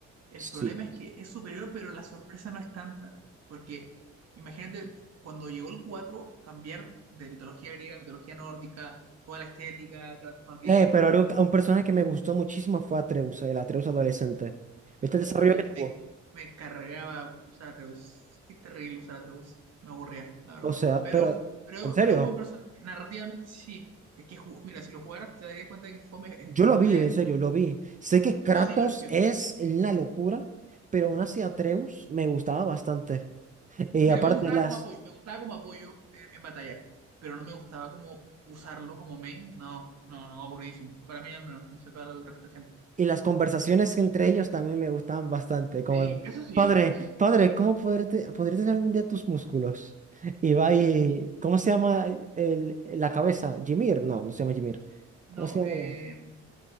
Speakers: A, on the right; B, on the right.
A: El
B: Sí.
A: problema es que es superior, pero la sorpresa no es tanta. Porque imagínate, cuando llegó el 4 cambiar de mitología griega a mitología nórdica, toda la estética, Kratos más viejo
B: Eh, pero algo- un personaje que me gustó muchísimo fue Atreus, el Atreus adolescente. ¿Viste
A: No,
B: el desarrollo
A: a mí
B: que tuvo?
A: me, me cargaba usar Atreus. Qué terrible usar Atreus. Me aburría, la verdad.
B: O sea,
A: Pero,
B: pero,
A: pero,
B: ¿en serio?
A: pero un buen personaje. Narrativamente sí. Es que, ju- mira, si lo jugaras te darías cuenta de que Fome eh,
B: Yo
A: no
B: lo vi,
A: es,
B: en serio, lo vi. Sé que Kratos
A: no es divertido.
B: es una locura, pero aún así Atreus me gustaba bastante. <laughs> Y
A: Mira,
B: aparte,
A: a mí me gustaba
B: las,
A: como apoyo, me gustaba como apoyo en, en batalla, pero no me gustaba como usarlo como main. No, no, no, aburridísimo. Para mí, al menos, no sé para el resto de gente.
B: Y las conversaciones
A: Pero para mí.
B: entre ellos también me gustaban bastante, como
A: Sí,
B: de,
A: eso sí,
B: padre,
A: eso sí.
B: padre, ¿cómo podré, te- podré tener algún día tus músculos? Y va y, ¿cómo se llama el, la cabeza? Jimir, no, no se llama Jimir.
A: No,
B: ¿Cómo se llama?
A: eh,